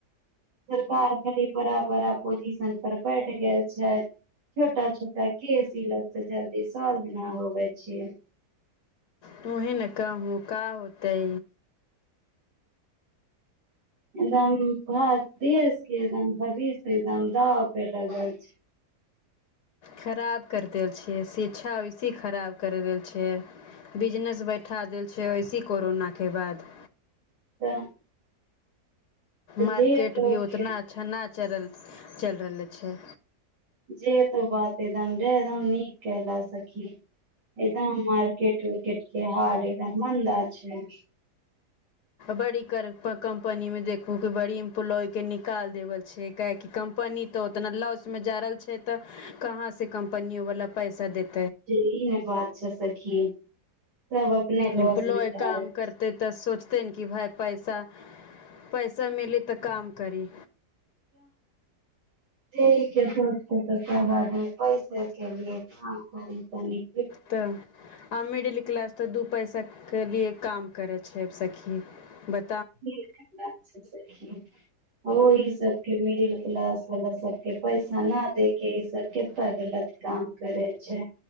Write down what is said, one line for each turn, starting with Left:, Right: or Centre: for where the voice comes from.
Right: सरकार खाली बड़ा बड़ा पोजिशन पर बैठ गेल छै छोटा छोटा केस ई लोग से जल्दी सॉल्व न हो करै छियै
Left: तू ही न कहूँ का होतै
Right: एकदम भ देशके एकदम भविष्य एकदम दाव पे लगल
Left: खराब कर देल छियै शिक्षा वैसे ही खराब कर देल छियै बिजनेस बैठा देल छियै ऐसे कोरोना के बाद
Right: तऽ
Left: मार्केट
Right: जे लोक
Left: भी उतना अच्छा न चलल चलि रहले छै
Right: जे तो बात एकदम रे एकदम नीक केहला सखी एकदम मार्केट उर्केट के हाल एकदम मन्दा छै
Left: बड़ी कर-कम्पनी मे देखू की बड़ी एम्प्लॉय के निकाल देवल छै काहेकि कम्पनी तऽ उतना लॉस मे जा रहल छै तऽ कहाँ से कम्पनी वाला पैसा देते
Right: जे ई ने बात छै सखी सब अपने लॉस
Left: इम्पलोए
Right: मे जा
Left: काम
Right: रहे
Left: करतै तऽ सोचते की भाई पैसा पैसा मिली तऽ काम करी
Right: त के सोचते तऽ त सब आदमी पैसे के लिए काम करै तनि
Left: तऽ आ मिडल क्लास तऽ दू पैसा तक के लिए काम करै छै सखी ब-
Right: ठीके बात छै सखी ओई सब मिडिल क्लास वला सबके पैसा न दे के ई सब कते गलत काम करै छै